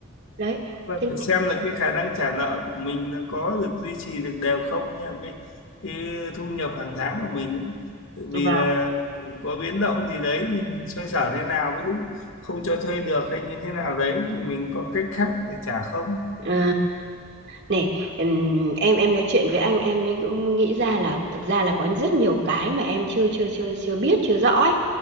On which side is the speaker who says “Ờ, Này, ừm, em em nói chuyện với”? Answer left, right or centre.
Right